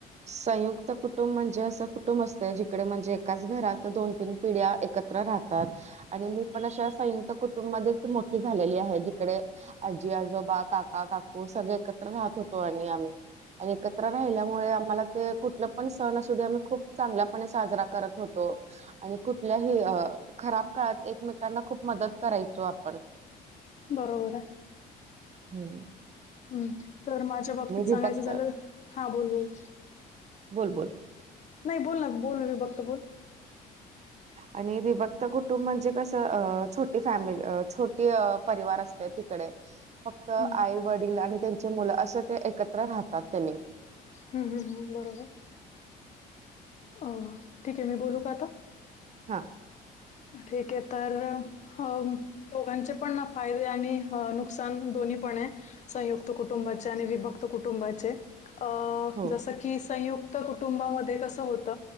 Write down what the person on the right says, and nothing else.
संयुक्त कुटुंब म्हणजे असं कुटुंब असतंय जिकडे म्हणजे एकाच घरात दोन तीन पिढ्या एकत्र राहतात. आणि मी पण अशा संयुक्त कुटुंबा मध्येच मोठी झालेली आहे जिकडे- आजी आजोबा, काका काकू, सगळे एकत्र राहत होतो आणि आम्ही आम्ही - आणि एकत्र राहिल्यामुळे आम्हाला ते कुठलं पण सण असू द्या आम्ही खूप चांगल्यापणे साजरा करत होतो. आणि कुठल्याही हा खराब काळात एकमेकांना खूप मदत करायचो आपण-
हम
विभक्त
बोल बोल
आणि विभक्त कुटुंब म्हणजे कसं अ छोटी फॅमिली छोटी परिवार असते तिकडे- फक्त
आई वडील आणि त्यांचे मुलं असं ते एकत्र राहतात त्यांनी-
हा.
हो